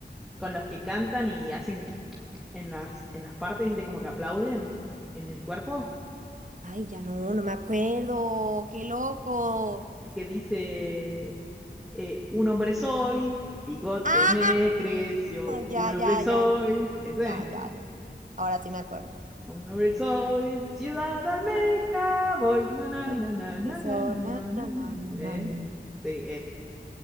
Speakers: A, in the centre; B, on the right.
A: con los que cantan y hacen en las, en las partes, viste, como que aplauden en el cuerpo,
B: Ay, ya no, no me acuerdo, qué loco.
A: el que dice, eh, un hombre soy, bigote
B: Ah,
A: me creció,
B: ya,
A: un hombre
B: ya,
A: soy,
B: ya, ya,
A: ese.
B: ya, ya, ya. Ahora sí me acuerdo.
A: Un hombre soy, ciudad almeja, voy, na na
B: Ay,
A: na na na
B: Persona,
A: na na na na.
B: na, na, na,
A: Eh,
B: na, na. na.
A: Sí,